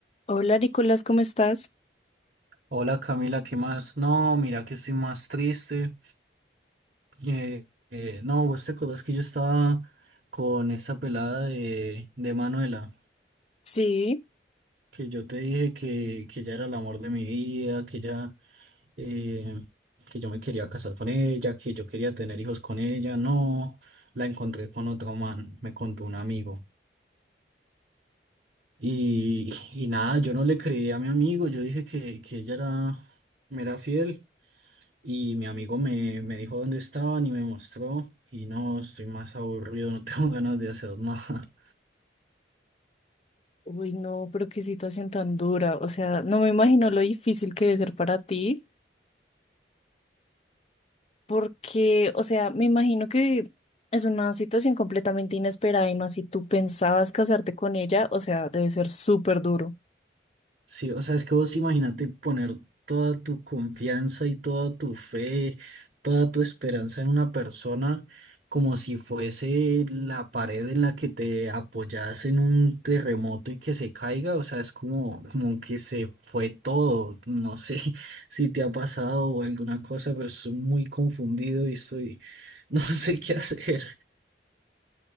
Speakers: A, on the left; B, on the right.
A: Hola Nicolás, ¿cómo estás?
B: Hola Camila, ¿qué más? No, mira que estoy más triste. Eh, eh, no, vos te acordás que yo estaba con esta pelada de, de Manuela,
A: Sí.
B: que yo te dije que, que ella era el amor de mi vida, que ella, eh, que yo me quería casar con ella, que yo quería tener hijos con ella. No, la encontré con otro man, me contó un amigo. Y, y nada, yo no le creí a mi amigo, yo dije que, que ella era, me era fiel. Y mi amigo me, me dijo dónde estaban y me mostró. Y no, estoy más aburrido, no tengo <laughs> ganas de hacer nada.
A: Uy, no, pero qué situación tan dura. O sea, no me imagino lo difícil que debe ser para ti, porque, o sea, me imagino que es una situación completamente inesperada y más si tú pensabas casarte con ella, o sea, debe ser súper duro.
B: Sí, o sea, es que vos imagínate poner toda tu confianza y toda tu fe, toda tu esperanza en una persona como si fuese la pared en la que te apoyas en un terremoto y que se caiga, o sea, es como, como que se fue todo, no sé <laughs> si te ha pasado o alguna cosa, pero estoy muy confundido y estoy, <laughs> no sé qué hacer.